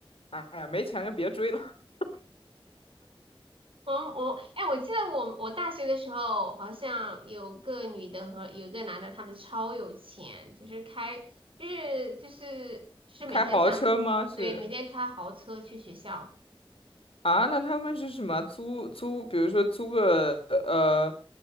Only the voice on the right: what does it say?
我我哎，我记得我我大学的时候，好像有个女的和有一个男的，他们超有钱，就是开就是就是就是每天上，
对，每天开豪车去学校。